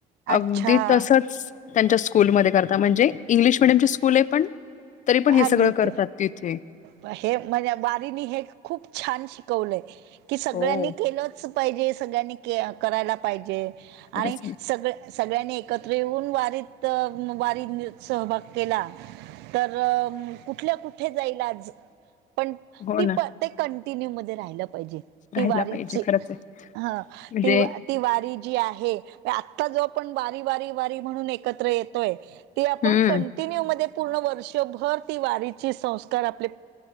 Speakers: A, on the right (about 85°); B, on the left (about 45°).
A: अच्छा
B: अगदी तसच त्यांच्या स्कूलमध्ये करता म्हणजे इंग्लिश मिडीयम ची स्कूलये पण तरी पण
A: अगदी
B: हे सगळ करतात
A: ते
B: तिथे.
A: हे म्हणजे वारीनी हे खूप छान शिकवलंय की, सगळ्यांनी
B: हो
A: केलच पाहिजे सगळ्यांनी के करायला पाहिजे आणि
B: खरंच ना.
A: सगळ सगळ्यांनी एकत्र येऊन वारीत वारी सहभाग केला तर कुठल्या कुठे जाईल आज पण
B: हो
A: ती
B: ना
A: प ते कंटिन्यू मध्ये राहि पाहिजे ती
B: राहायला
A: वारीची
B: पाहिजे खरंच आहे
A: ह
B: म्हणजे
A: ती वा ती वारी जी आहे, आत्ता जो आपण वारी वारी वारी म्हणून एकत्र येतोय ती आपण
B: हं.
A: कंटिन्यू मध्ये पूर्ण वर्ष त्यो भर ती वारीची संस्कार आपले